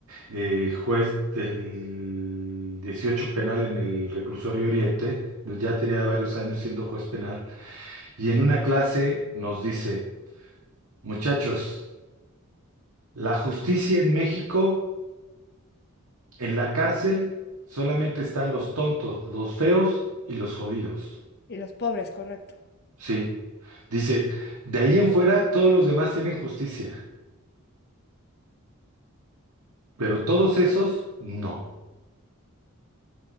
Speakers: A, on the right; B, on the left.
A: eh, juez del 18 penal en el Reclusorio Oriente, ya tenía varios años siendo juez penal. Y en una clase nos dice, muchachos, la justicia en México, en la cárcel, solamente están los tontos, los feos y los jodidos.
B: Y los pobres, correcto.
A: Sí, dice, de ahí en fuera todos los demás tienen justicia, pero todos esos no.